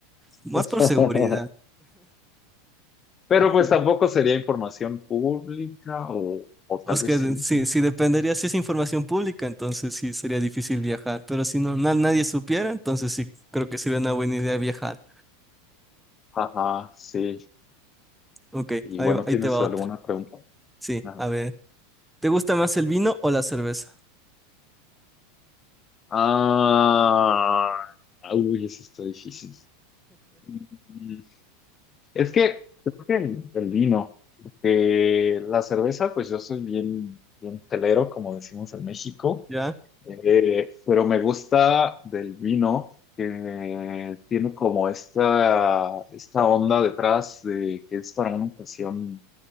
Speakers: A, in the centre; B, on the left.
A: más
B: <laughs>
A: por seguridad.
B: Pero pues
A: Sí.
B: tampoco sería información pública o, o
A: O
B: tal
A: es
B: vez
A: que
B: sí,
A: de- sí,
B: quién
A: sí
B: sabe.
A: dependería si es información pública, entonces sí sería difícil viajar, pero si no, na- nadie supiera, entonces sí, creo que sería una buena idea viajar.
B: Ajá, sí.
A: Ok,
B: Y
A: ahí,
B: bueno,
A: va- ahí
B: ¿tienes
A: te va otra.
B: alguna pregunta?
A: Sí,
B: Nada.
A: a ver, ¿te gusta más el vino o la cerveza?
B: Ah, uy, eso está difícil. Mm, Es que creo que el, el vino, porque la cerveza, pues yo soy bien, bien telero, como decimos en México.
A: ¿Ya?
B: Eh, pero me gusta del vino que tiene como esta, esta onda detrás de que es para una ocasión